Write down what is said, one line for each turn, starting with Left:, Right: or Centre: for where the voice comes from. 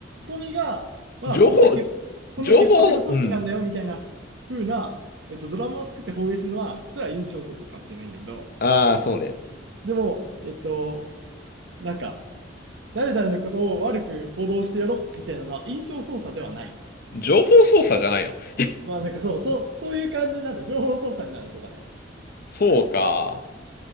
Right: コミが、まあ、
Left: 情報、
Right: こんなけ、こんな潔白な組織なんだよみたいな風な、
Left: 情報、うん。
Right: えっと、ドラマを作って放映するのは、それは印象操作かもしれないんだけど、
Left: ああ、そうね。
Right: でも、えっと、なんか、誰々のことを悪く報道してやろうみたいなのは印象操作ではない。
Left: 情報操作じゃないの。<laughs>
Right: まあなんかそうそう、そういう感じになる。情報操作になる。そうだね。
Left: そうか。